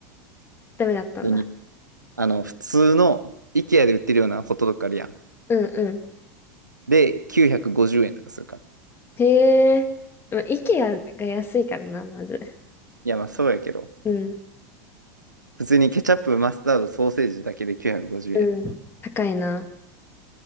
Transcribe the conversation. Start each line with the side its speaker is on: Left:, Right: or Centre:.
Left: ダメだったんだ。
Right: 普通に、あの、普通の IKEA で売ってるようなホットドッグあるやん。
Left: うんうん。
Right: で、950円とかするから。
Left: へえ。まあ、イケアが安いからな、まず。
Right: いや、まあそうやけど、
Left: うん。
Right: 普通にケチャップ、マスタード、ソーセージだけで950円やで。
Left: うん。高いな。